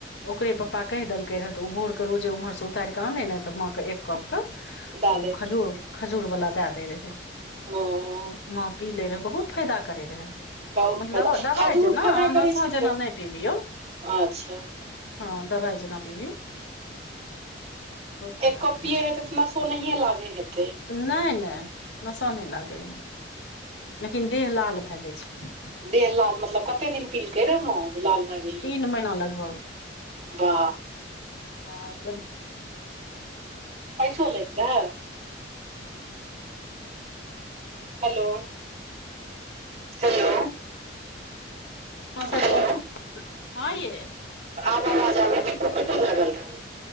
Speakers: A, on the left (about 70°); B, on the right (about 35°).
A: ओकरे पप्पा कहि देलकै रह तऽ ओ भोर कऽ रोजे उम्हर से उतारिक कऽ आने ने तऽ माँ क एक कप क
B: दए
A: ओ
B: दैत
A: खजूर
B: रहै
A: खजूर वला दए देय रहै
B: हँ
A: पी ले रहै बहुत फायदा करै रहै।
B: बहुत
A: मतलब
B: फायदा
A: दबाइ
B: खजूर
A: जेना
B: फायदा
A: अओ
B: करै
A: नशा
B: छै
A: जेना
B: तऽ
A: नहि पिबियौ
B: अच्छा
A: हँ दवाइ जेना पिबियौ। फायदा
B: एक कप
A: करै
B: पीयै हेतै तऽ नसो नहिये। लागै हेतै
A: नै नै नशा नहि लागै रहै। लेकिन देह लाल भए जाइ छै।
B: देह लाल मतलब कते दिन पीलकै रे मा जे लाल भए गेल रहै
A: तीन महीना लगभग
B: बाह
A: हँ।
B: पैसोल अत रह। हेलो हेलो
A: हॅं शायद
B: हेलो
A: आओत हँ यै
B: आब आवाज आबैय काटऽ लागल रहे